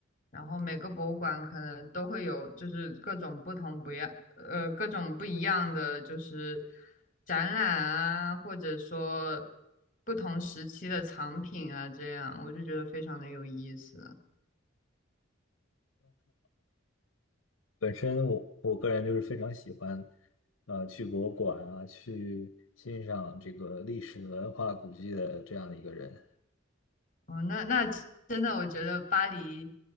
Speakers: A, on the left; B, on the left.
A: 然后每个博物馆可能都会有，就是各种不同不一样，呃，各种不一样的就是展览啊，或者说不同时期的藏品啊，这样我就觉得非常的有意思。
B: 本身我我个人就是非常喜欢，呃，去博物馆啊，去欣赏这个历史文化古迹的这样的一个人。
A: 哦，那那真的，我觉得巴黎